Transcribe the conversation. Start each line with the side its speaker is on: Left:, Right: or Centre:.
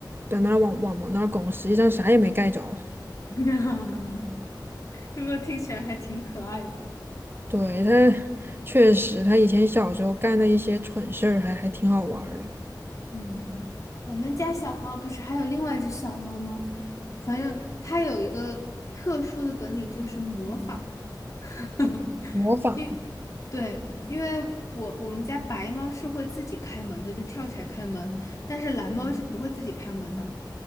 Right: 在那儿往往往那儿拱，实际上啥也没盖着。
Left: <laughs> 是不是听起来还挺可爱的？
Right: 对，他确实，他以前小时候干的一些蠢事儿还还挺好玩儿的，
Left: 嗯，我们家小猫不是还有另外一只小猫吗？反正它有一个特殊的本领，就是模仿。<laughs>
Right: 模仿，
Left: 因对，因为我我们家白猫是会自己开门的，就跳起来开门，但是蓝猫是不会自己开门的。